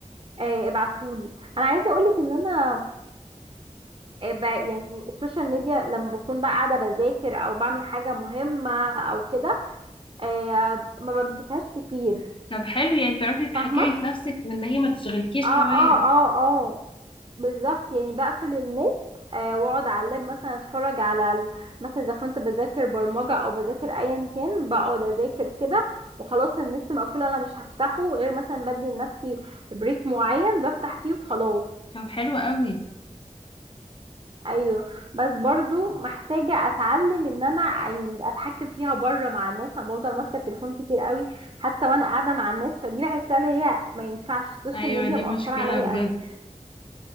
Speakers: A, on the right; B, on the left.
A: آه، ابعتهولي انا عايزة اقولك ان انا آه، بقى- يعني السوشيال ميديا لما بكون بقى قاعدة بذاكر أو بعمل حاجة مهمة أو كده آه، ما بمسكهاش كتير
B: طب حلو يعني تعرفي تتحكمي
A: فاهمة؟
B: في نفسك من ان هي ما تشغلكيش
A: اه اه
B: كمان
A: اه اه بالظبط يعني بقفل النت آه، واقعد على اللاب مثلا اتفرج على ال... مثلا اذا كنت بذاكر برمجة او بذاكر ايا كان بقعد اذاكر كده وخلاص النت مقفول انا مش هفتحه غير مثلا بدي لنفسي بريك معين بفتح فيه وخلاص
B: طب حلو قوي
A: ايوه بس برضو محتاجه اتعلم ان انا يعني اتحكم فيها بره مع الناس انا بفضل ماسكه التليفون كتير قوي حتى وانا قاعده مع الناس فدي بحسها اللي هي ما ينفعش السوشيال
B: ايوه
A: ميديا
B: دي
A: مأثره
B: مشكلة
A: عليا
B: بجد
A: قوي